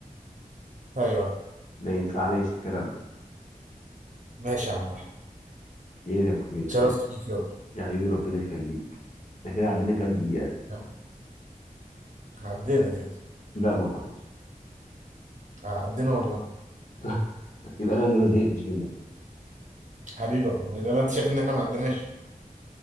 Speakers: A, on the right; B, on the left.
A: ايوه أيوة.
B: ما ينفعناش الكلام ده
A: ماشي يا عم احمد
B: خير يا أبو حميد خير
A: شرفت بيك يابا
B: يا حبيبي ربنا يخليك احنا كده عدينا كام دقيقة؟
A: يلا. عدينا كده
B: لا ما أعتقدش
A: عدينا والله
B: <laughs> يبقى أنا اللي ما زهقتش منك
A: حبيبي يابا ما ده انت شايف ان احنا ما عديناش